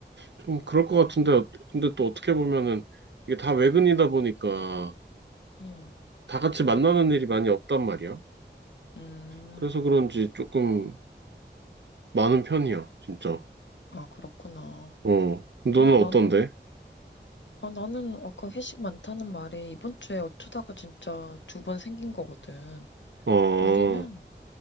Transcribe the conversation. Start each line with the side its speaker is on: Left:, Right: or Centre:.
Right: 좀 그럴 것 같은데, 근데 또 어떻게 보면은 이게 다 외근이다 보니까
Left: 음,
Right: 다 같이 만나는 일이 많이 없단 말이야.
Left: 음.
Right: 그래서 그런지 조금 많은 편이야, 진짜.
Left: 아, 그렇구나.
Right: 어, 너는
Left: 어, 나는,
Right: 어떤데?
Left: 아, 나는 아까 회식 많다는 말에 이번 주에 어쩌다가 진짜 두 번 생긴 거거든.
Right: 어.
Left: 우리는